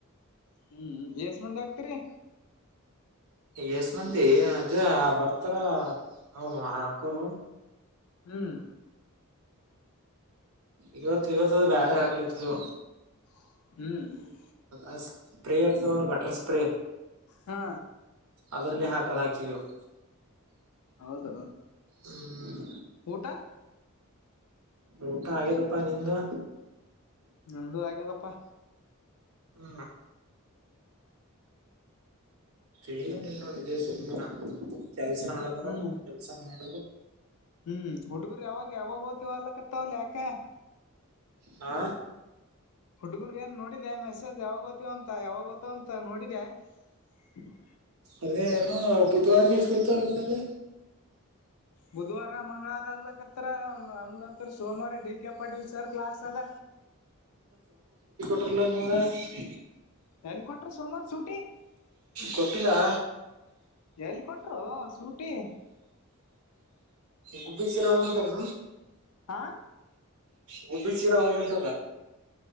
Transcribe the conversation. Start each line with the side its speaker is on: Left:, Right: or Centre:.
Left: ಹ್ಮ್ ಯೇಸ್ಮಂದ್ ಹಕ್ತಿರಿ?
Right: ಏಸ್ ಮಂದಿ ಅಜ ಬರ್ತಾರ ಅವ ಹಾಕೊರು.
Left: ಹ್ಮ್
Right: ಇವತ್ತು ಇವತ್ತು ಬೇರೆ ಹಾಕ್ಲತ್ತದು.
Left: ಹ್ಮ್
Right: ಅ ಸ್ಪ್ರೇ ಇರ್ತದ್ ನೋಡು ಗಟರ್ ಸ್ಪ್ರೇ.
Left: ಹಾ
Right: ಅದ್ರನೇ ಹಾಕ ಹಾಕಿವವು <unintelligible>
Left: ಹೌದು
Right: ಹ್ಮ್
Left: ಊಟ?
Right: ಊಟ ಆಗ್ಯದಪ್ಪಾ ನಿಂದು?
Left: ನಂದು ಹಾಗ್ಯದಪ್ಪಾ.
Right: ಹ್ಮ್ ೇನ್ ನೋ ಇದೇಶ <unintelligible> ಕೆಲ್ಸ ನಡದ
Left: ಹ್ಮ್
Right: ಕೆಲ್ಸ ಮಾಡ
Left: ಹ್ಮ್ ಹುಡುಗರು ಯಾವಾಗ್ಯಾವಾಗ ಓತವಾಲ್ಲ ಕತ್ತಾವಲ್ ಯಾಕ?
Right: ಹಾ
Left: ಹುಡುಗುರು ಏನ್ ನೋಡಿದೆನ್ ಮೆಸೇಜ್ ಯಾವಾಗೋತ್ತವ ಅಂತ ಯಾವಾಗೊತ್ತವಂತ ನೋಡ್ ಿದ <unintelligible>
Right: ಅದೇ ಏನೋ ಬುಧವಾರ ಈಸ್ಕೊತಲ್ಲತದೆ.
Left: ಬುಧವಾರ ಮಂಗಳವಾರ ಅಲ್ಲಕತ್ತರ ಅಂದಂದ್ರೆ ಸೋಮವಾರ ಡಿ ಕ ಪಟಿಲ್ ಸರ್ ಕ್ಲಾಸ್ ಅದ.
Right: ಟಲಾನ <unintelligible>
Left: ಎಲ್ಲಿ ಕೊಟ್ರ ಸೋಮಾರ್ ಸೂಟಿ
Right: ಗೊತ್ತಿಲ್ಲಾ
Left: ಎಲ್ಲ್ ಕೊಟ್ಟ್ರು ಸೂಟಿ?
Right: ಗುಬ್ಬಿ <unintelligible> ಒಳಮಟಾರೆ
Left: ಹಾ
Right: ಗುಬ್ಬಿಸಿರ <unintelligible> ಆವ ಂಟ